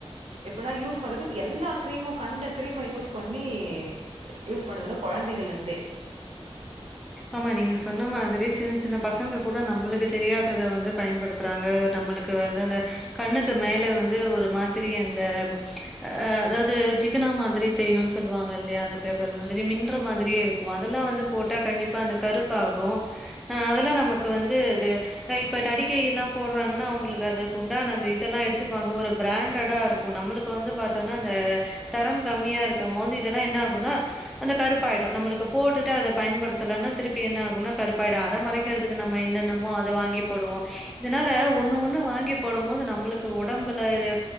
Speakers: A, on the right (about 70°); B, in the centre.
A: எப்புனா யூஸ் பண்றது இப்போ எல்லா க்ரீமு கண்ட க்ரீம யூஸ் பண்ணி யூஸ் பண்ணுதுங்க கொழந்தைகள்ல இந்தே
B: ஆமா நீங்க சொன்ன மாதிரி சின்ன சின்ன பசங்க கூட நம்மளுக்கு தெரியாததை வந்து பயன்படுத்த அனுபுறாங்க நம்மளுக்கு வந்து அந்த கண்ணுக்கு மேல வந்து ஒரு மாதிரி அந்த ஆ அதாவது சிகுனா மாதிரி தெரியும் சொல்லுவாங்க இல்லையா அந்த பேப்பர் மாதிரி மின்ற மாதிரியே இருக்கும் அதெல்லாம் வந்து போட்டா கண்டி ப்பா அந்த கருப்பு ஆகும் ஆ அதெல்லாம் நமக்கு வந்து அது இப்ப நடிகை எல்லாம் போடுறாங்கன்னா அவங்களுக்கு அத உண்டான அந்த இதெல்லாம் எடுத்துப்பாங்க ஒரு பிராண்டடா இரு நம்மளுக்கு வந்து பாத்தனா அந்த தரம் கம்மியா இருக்கும் போது இதெல்லாம் என்ன ஆகும்னா அந்த கருப்பாயிடும் நம்முளுக்கு போட்டுட்டு அத பயன்படு த்தலனா திருப்பி என்ன ஆகும்னா கருப்பாயிடும் அத மறைக்கிறதுக்கு நம்ம என்னென்னமோ அத வாங்கி போடுவோ இதனால ஒன்னு ஒன்னு வாங்கி போடும் போது நம்மளுக்கு உடம்புல இது